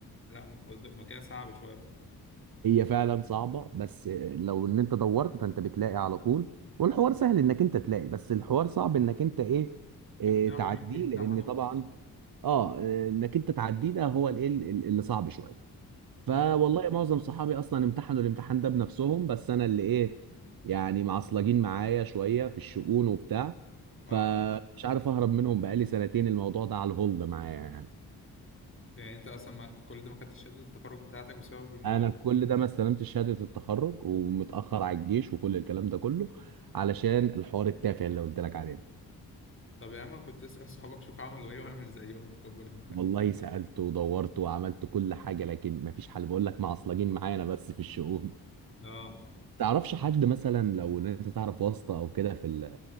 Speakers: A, on the left; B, on the right.
A: لا الموضوع ما كده صعب شوية
B: فعلا صعبه بس لو ان انت دورت فانت بتلاقي على طول والحوار سهل انك انت تلاقي بس الحوار صعب انك انت ايه إيه،
A: تقنعهم
B: تعديه
A: يجوا يمتحنوا
B: لان طبعا
A: بقى
B: اه انك انت تعديه ده هو الايه ال- اللي صعب شويه
A: امم
B: فوالله معظم صحابي اصلا امتحنوا الامتحان ده بنفسهم بس انا اللي ايه يعني معصلجين معايا شويه في الشؤون وبتاع
A: اه
B: فمش عارف اهرب منهم بقالي سنتين الموضوع ده على الهولد معايا يعني
A: يعني انت اصلا ما كل ده ما خدتش شهادة التخرج بتاعتك بسبب الموضوع
B: انا
A: ده
B: كل ده ما استلمتش شهاده التخرج ومتاخر على الجيش وكل الكلام ده كله علشان الحوار التافه اللي قلت لك عليه ده
A: طب يا عم كنت اسأل صحابك شوف عملوا ايه واعمل زيهم وكبر دماغك
B: والله سالت ودورت وعملت كل حاجه لكن مفيش حل بقول لك معصلجين معايا انا بس في الشؤون
A: اه
B: تعرفش حد مثلا لو ان انت تعرف واسطة او كده في ال-